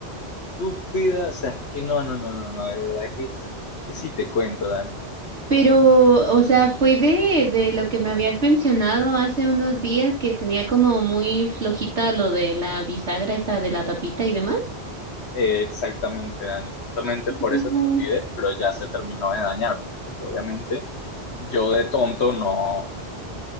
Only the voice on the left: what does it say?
estúpida. O sea, es que no, no, no, no, no, de verdad que es que sí te cuento, Dani.
Eh, exactamente, Dani. Justamente por
esa estupidez, pero ya se terminó de dañar, pues, porque obviamente yo de tonto no,